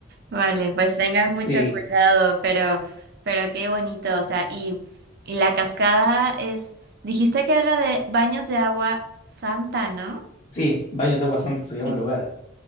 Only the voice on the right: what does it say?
Vale, pues tengan mucho
cuidado, pero, pero qué bonito, o sea, y, y la cascada es, dijiste que era de baños de agua santa, ¿no?
Sí.